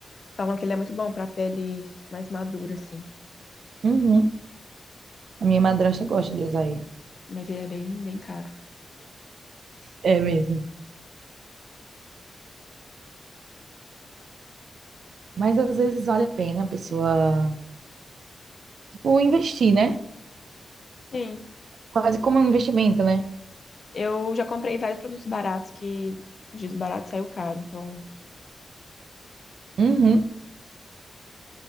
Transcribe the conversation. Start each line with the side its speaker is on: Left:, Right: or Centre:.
Left: Falam que ele é muito bom pra pele mais madura, assim.
Right: Uhum. A minha madrasta gosta de usar ele.
Left: Mas ele é bem, bem caro.
Right: É mesmo. Mas às vezes vale a pena a pessoa, tipo, investir, né?
Left: Sim,
Right: Quase como um investimento, né?
Left: Eu já comprei vários produtos baratos que os dias baratos saiu caro. Então,
Right: Uhum.